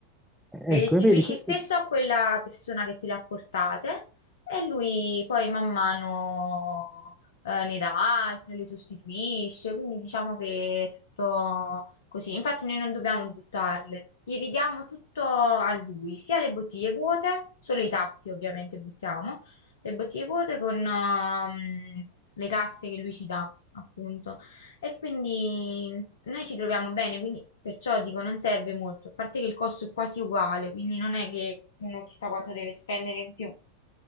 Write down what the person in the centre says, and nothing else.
ecco,
vedi, questo,